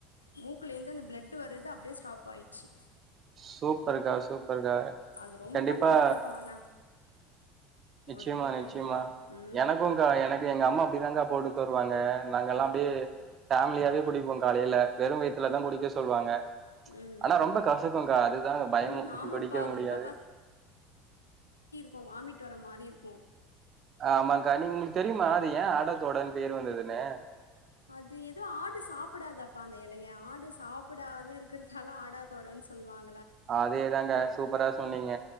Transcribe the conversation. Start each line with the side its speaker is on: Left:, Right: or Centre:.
Left: மூக்குலேர்ந்து அந்த ப்ளட்டு வரது அப்டியே ஸ்டாப் ஆயிட்ச்சு
Right: சூப்பருக்கா சூப்பருக்கா
Left: அது ரொம்ப
Right: கண்டிப்பா
Left: நல்லதுப்பா ஆனா
Right: நிச்சயமா
Left: ஒடம்புக்கு
Right: நிச்சயமா
Left: அது ம்
Right: எனக்குங்க்கா எனக்கு எங்க அம்மா அப்டிதாங்க்கா போட்டு தருவாங்க நாங்கெல்லா
Left: ஆ
Right: அப்டியே ஃபேமிலியாவே குடிப்போ காலைல வெறு வயித்துல தா குடிக்க சொல்வாங்க
Left: ம்
Right: ஆனா
Left: ம்
Right: ரொம்ப கசக்குங்க்கா அது தா பயமு
Left: ம் ஆமாப்பா
Right: குடிக்க முடியாது
Left: ரொம்ப கு வாமிட் வர மாரி இருக்கு
Right: ஆமாங்க்கா நீங் உங்ளுக் தெரியுமா அது ஏ ஆடாதோடான் பேர் வந்ததுன்னு
Left: அது எதோ ஆடு சாப்பிடாதாப்பா அந்த எலைய ஆடு சாப்பிடாது இருக்கறதால ஆடாதோடான் சொல்வாங்
Right: அதே தாங்க்கா சூப்பரா சொன்னீங்க